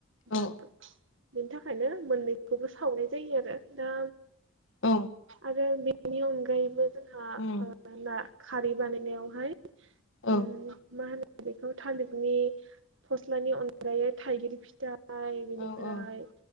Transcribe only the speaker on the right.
दा बेनि थाखायनो मोननैखौबो सावनाय जायो आरो। दा
आरो बेनि अनगायैबो जोंहा
ओ नि खारै बानायनायावहाय
उम माहोनो बेखौ थालिरनि फस्लानि अनगायै थाइगिर फिथा फाय बेनिफ्राय